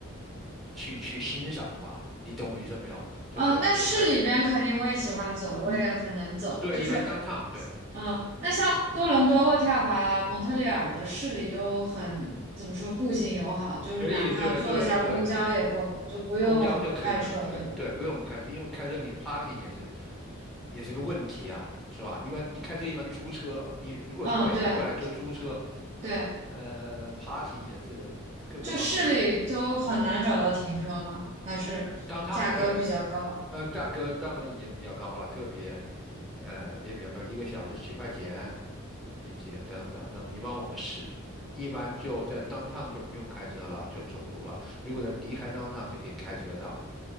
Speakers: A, in the centre; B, on the right (about 30°).
A: 去去欣赏吧。你懂我意思没有？就是如果开，
B: 嗯，那市里边肯定我也喜欢走，
A: 嗯，
B: 我也很能走，
A: 对，
B: 就是
A: 一般 downtown 对，
B: 嗯，那像多伦多渥太华、蒙特利尔的市里都很，怎么说，步行友好，就是哪怕坐一下公交也够，
A: 可以，对对对，
B: 就不用开车，
A: 公交就可以了，对对，
B: 对吧？
A: 不用开车，因为开车你 parking 也是也是个问题啊，是吧？一般你开车一般租车，你如果从美国过来就租车，
B: 嗯，对对，
A: 呃，parking 也是各个方面
B: 就市里都很难找到停车嘛，还是价格比较高。
A: downtown 对。呃，价格当然也比较高了，特别，呃，也比较高，一个小时几块钱，并且等等等。一般我们是，一般就在当趟就不用开车了，就走路了。如果在离开当趟就可以开车到